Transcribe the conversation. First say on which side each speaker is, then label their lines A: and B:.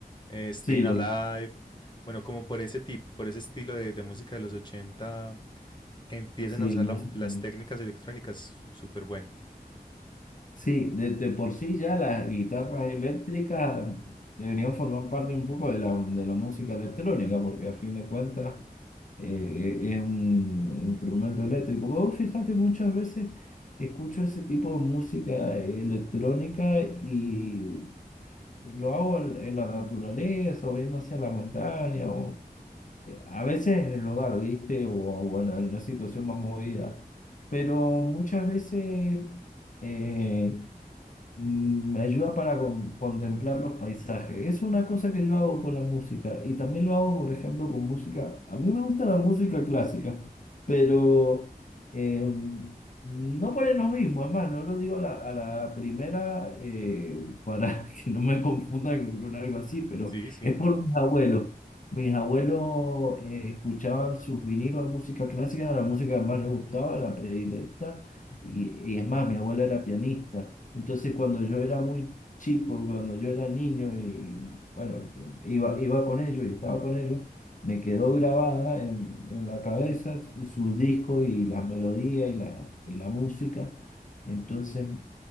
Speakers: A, on the left; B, on the left.
A: eh, Staying
B: Sí, lo
A: Alive. Bueno, como por ese tipo, por ese estilo de, de música de los 80 que empiezan
B: sí,
A: a usar
B: música.
A: la- mu- las técnicas electrónicas súper buenas.
B: Sí, de, de por sí ya las guitarras eléctricas deberían formar parte un poco de la, de la música electrónica, porque a fin de cuentas eh, e, es un instrumento eléctrico. Vos fíjate, muchas veces escucho ese tipo de música electrónica y lo hago en, en la naturaleza, o viendo hacia la montaña, o eh, a veces en el hogar, ¿viste? O, o en una situación más movida. Pero muchas veces... eh, mm, me ayuda para con- contemplar los paisajes. Es una cosa que yo hago con la música y también lo hago, por ejemplo, con música. A mí me gusta la música clásica, pero eh, no ponemos lo mismo. Es más, no lo digo a la, a la primera eh, para <laughs> que no me confunda con con algo así, pero
A: Sí, sí.
B: es por mis abuelos. Mis abuelos eh, escuchaban sus vinilos de música clásica, la música que más les gustaba, la predilecta. Y, y es más, mi abuela era pianista. Entonces, cuando yo era muy chico, cuando yo era niño y bueno, iba, iba con ellos y estaba con ellos, me quedó grabada en, en la cabeza sus discos y las melodías y la, y la música. Entonces,